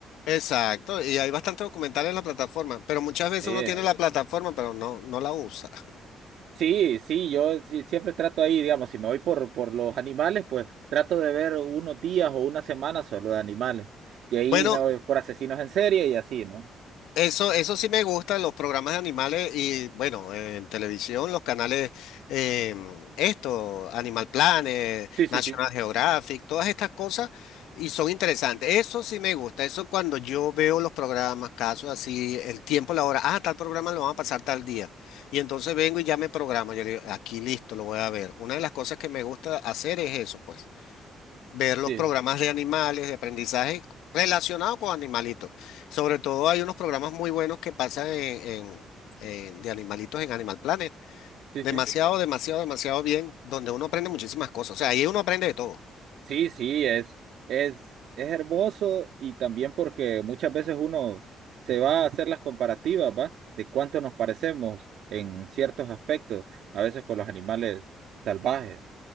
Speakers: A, on the left (about 90°); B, on the right (about 75°).
A: Exacto, y hay bastantes documentales en la plataforma, pero muchas veces
B: Sí,
A: uno tiene la plataforma, pero no, no la usa.
B: sí, sí, yo sí- siempre trato ahí, digamos, si me voy por, por los animales, pues trato de ver unos días o una semana solo de animales. De ahí
A: Bueno,
B: me voy por asesinos en serie y así, ¿no?
A: Eso, eso sí me gusta, los programas de animales y bueno, en televisión, los canales, em, esto, Animal Planet,
B: Sí, sí,
A: National
B: sí,
A: Geographic, todas estas cosas y son interesantes. Eso sí me gusta, eso cuando yo veo los programas, casos así, el tiempo, la hora, ah, tal programa lo van a pasar tal día. Y entonces vengo y ya me programo, yo digo, aquí listo, lo voy a ver. Una de las cosas que me gusta hacer es eso, pues ver los
B: sí,
A: programas de animales, de aprendizaje relacionado con animalitos. Sobre todo hay unos programas muy buenos que pasan en, en- en- de animalitos en Animal Planet.
B: sí,
A: Demasiado,
B: sí.
A: demasiado, demasiado bien, donde uno aprende muchísimas cosas. O sea, ahí uno aprende de todo.
B: Sí, sí, es, es, es hermoso y también porque muchas veces uno se va a hacer las comparativas, ¿va? De cuánto nos parecemos en ciertos aspectos, a veces con los animales salvajes.